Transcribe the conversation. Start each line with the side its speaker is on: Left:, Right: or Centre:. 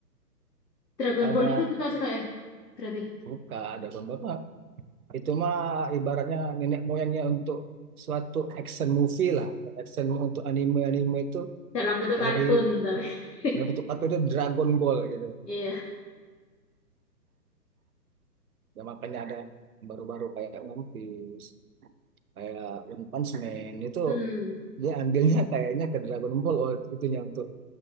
Left: Dragon
Right: ada
Left: Ball itu kakak suka ya? Berarti
Right: luka ada pembawa itu mah ibaratnya nenek moyangnya untuk suatu action movie lah action untuk anime anime itu
Left: dalam bentuk
Right: dari,
Left: kartun tapi. <laughs>
Right: dari bentuk apa itu Dragon Ball gitu
Left: Iya.
Right: ya makanya ada baru-baru kayak One Piece kayak One Punch Man itu
Left: Hmm.
Right: dia ambilnya kayaknya ke Dragon Ball oh, itunya untuk